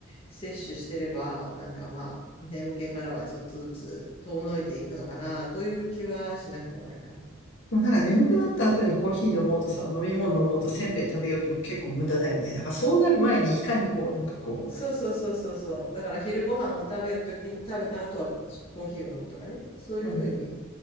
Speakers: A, on the left (about 30°); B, on the left (about 60°).
A: 摂取してれば、なんかまあ、眠気からはちょっとずつ遠のいていくのかな、という気はしなくもないかな。
B: まあ、なんか眠くなった後にコーヒー飲もうとさ、飲み物飲もうとせんべい食べようとも結構無駄だよね。だからそうなる前にいかにこう、なんかこ
A: そうそうそうそうそう。だから昼ご飯を食べるときに、食べた後はコーヒーを飲むとかね。そういうふうに
B: う、うん、